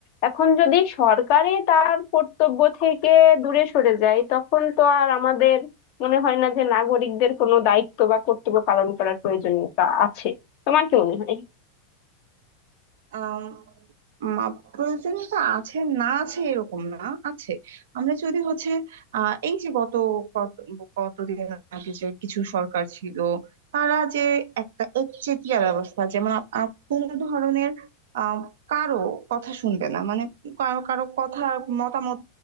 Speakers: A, on the left; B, on the right.
A: এখন যদি সরকারই তার কর্তব্য থেকে দূরে সরে যায় তখন তো আর আমাদের মনে হয় না যে নাগরিকদের কোনো দায়িত্ব বা কর্তব্য পালন করার প্রয়োজনীয়তা আছে তোমার কি মনে হয়
B: আম, মা প্রয়োজনীয়তা আছে না আছে এরকম না আছে আমরা যদি হচ্ছে আহ এই যে গত কত কতদিন আগে যে কিছু সরকার ছিল তারা যে একটা একচেটিয়া ব্যবস্থা যেমন আপ- আপ- কোনো ধরনের আহ কারো কথা শুনবে না মানে কারো কারো কথা মতামত